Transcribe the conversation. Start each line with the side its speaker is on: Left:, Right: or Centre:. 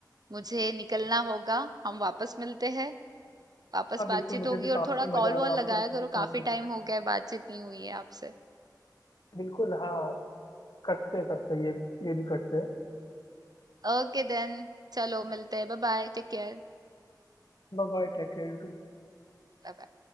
Right: मुझे निकलना होगा हम वापस मिलते हैं वापस
Left: हाँ
Right: बातचीत
Left: बिल्कुल मुझे
Right: होगी
Left: भी काफी
Right: और थोड़ा
Left: मजा
Right: कॉल वॉल
Left: आया आपसे
Right: लगाया
Left: बात
Right: करो काफी
Left: करके
Right: टाइम हो गया है बातचीत नहीं हुई है आपसे
Left: बिल्कुल हाँ करते हैं करते हैं ये ये भी करते हैं
Right: ओके देन चलो मिलते हैं bye bye take care
Left: Bye bye, take care you
Right: Bye.